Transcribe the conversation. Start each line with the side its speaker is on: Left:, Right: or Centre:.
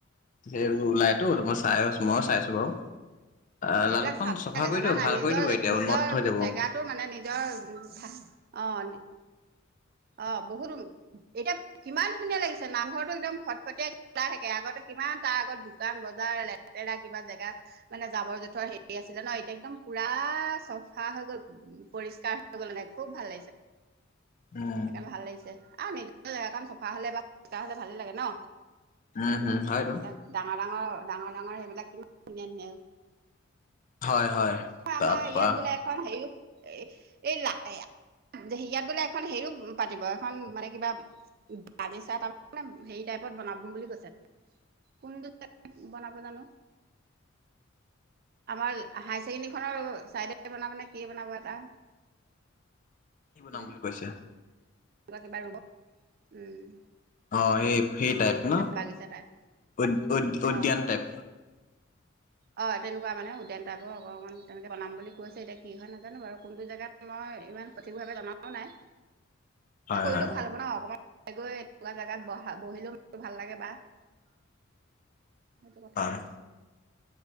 Left: সেই ওলাইটো, এটো
Right: অ
Left: মই চাই আছ মই চাইছো বাৰু। আহ,
Right: এইবিলাক
Left: লালুকখন
Right: চাব
Left: চফা
Right: লাগে
Left: কৰি
Right: জানা
Left: দিব
Right: নাই,
Left: ভাল
Right: নিজৰ-নিজৰ
Left: কৰি দিব এতিয়া উন্নত হৈ যাব।
Right: জেগাটো মানে নিজৰ অঁ নি অ' বহুত এতিয়া কিমান ধুনীয়া লাগিছে, নামঘৰটো একদম ফটকটীয়াকে ওলাই থাকে, আগতে কিমান তাৰ আগত দোকান বজাৰ লেতেৰা কিবা জেগা, মানে জাবৰ জোথৰ হেৰি আছিলে ন এতিয়া একদম পুৰা চফা হৈ গ'ল।
Left: উম
Right: সেইকাৰণে ভাল লাগিছে, আৰু নিজৰ জেগাকন চফা হলে বা পৰিষ্কাৰ হ'লে ভালেই লাগে ন।
Left: উম, হুম, হয়তো
Right: ইয়াত, ডাঙৰ ডাঙৰ- ডাঙৰ- ডাঙৰ সেইবিলাক কিমান ধুনীয়া-ধুনীয়া
Left: হয়, হয়, তাৰপা
Right: আমাৰ ইয়াত বোলে এখন হেৰি এই এই লা হেৰিয়াত বোলে এখন হেৰিও পাতিব, এখন মানে কিবা বানি চাই তাৰ মানে হেৰি টাইপত বনাব বুলি কৈছে। কোনটো বনাব জানো, আমাৰ হায় ছেকেণ্ডেৰীখনৰ ছাইডে বনাবনে কিয়ে বনাব এটা।
Left: কি বনাম
Right: মানে
Left: বুলি কৈছে।
Right: উম।
Left: অ' সেই- সেই টাইপ
Right: ধুনীয়া
Left: ন,
Right: বাগিচা টাইপ
Left: উইদ- উইড উদ্যান
Right: অ
Left: টাইপ।
Right: অ' তেনেকুৱা মানে উদ্যান টাইপৰ অকমান তেনেকে বনাম বুলি কৈছে এতিয়া কি হয় নাজানো বাৰু, কোনটো জেগাত মই ইমান সঠিক ভাৱে জনাও নাই,
Left: হয়,
Right: কৰিলেও
Left: হয়,
Right: ভাল বনাওঁ অকমান গৈ এনেকুৱা জেগাত বহা বহিলেও মনটো ভাল লাগে বা সেইটো কথা।
Left: হয়,